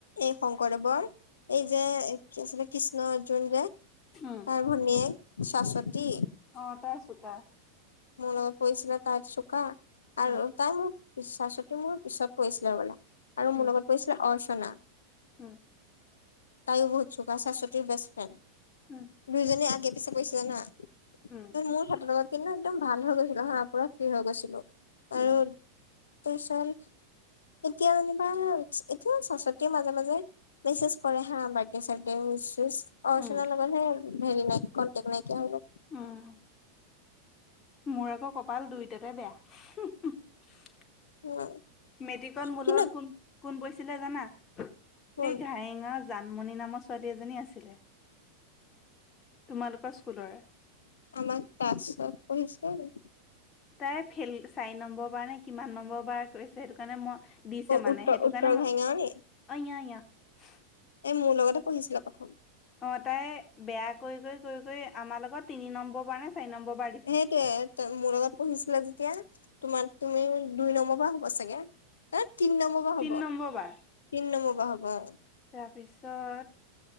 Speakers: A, on the left (about 65°); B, on the left (about 25°).
A: এই শংকৰদেৱৰ এই যে কি আছিলে কৃষ্ণ অৰ্জুন যে তাৰ
B: উম,
A: ভনীয়েক চশ্বতী।
B: অ তাই ছোকা।
A: মোলগত পৰিছিলে তাৰ চোকা আৰু
B: উম,
A: তাই মোক চশ্বতী মোৰ পিছত পৰিছিলে হবলা আৰু
B: উম,
A: মোৰ লগত পৰিছিলে অৰ্চনা।
B: উম,
A: তায়ো বহুত চোকা চশ্বতীৰ বেষ্ট ফ্ৰেণ্ড
B: উম,
A: দুয়োজনে আগে পিছে পাইছিলে না। মোৰ
B: উম,
A: সাতৰ লগত কিন্তু একদম ভাল হৈ গৈছিলো হা পুৰা ফিৰি হৈ গৈছিলো। আৰু
B: উম,
A: তাৰপিছত এতিয়া যেনিবা এতিয়া চশ্বতী মাজে মাজে মেচেশ কৰে হা বাৰ্থডে চাৰড উছ অৰ্চনা
B: উম,
A: লগত হে, হেৰি নাই কণ্টেক নাইকিয়া হৈ গ'ল।
B: উম, মোৰ আকৌ কপাল দুইটাতে বেয়া। মেট্ৰিকত
A: উম,
B: মোৰলত
A: কিন্তু
B: কোন কোন বহিছিলে জানা। সেই
A: কোন
B: ঘাৰেঙাঁৰ জানমণি নামৰ ছোৱালী এজনী আছিলে। তোমালোকৰ স্কুলৰে।
A: আমাৰ পাঁচশ <unintelligible>
B: তাই ফেল চাৰি নম্বৰ বাৰ নে কিমান নম্বৰ বাৰ কৰিছে সেইটো কাৰণে মই দিছে মানে
A: উত্তৰ
B: সেইটো
A: উত্তৰ
B: কাৰণে মই
A: ঘাইঙাৱৰী
B: অ <unintelligible>
A: এ মোৰ লগতে পঢ়িছিলে প্ৰথম।
B: অ তাই বেয়া কৰি কৰি কৰি কৰি আমাৰ লগত তিনি নম্বৰ বাৰ নে চাৰি নম্বৰ বাৰ দিছে।
A: সেইটোয়ে মোৰ লগত পঢ়িছিলে যেতিয়া তোমাৰ তুমি দুই নম্বৰ বাৰ হ'ব চাগে। অ তিনি নম্বৰ বাৰ
B: তিনি
A: হব
B: নম্বৰ বাৰ
A: তিনি নম্বৰ বা হব অ।
B: তাৰপিছত।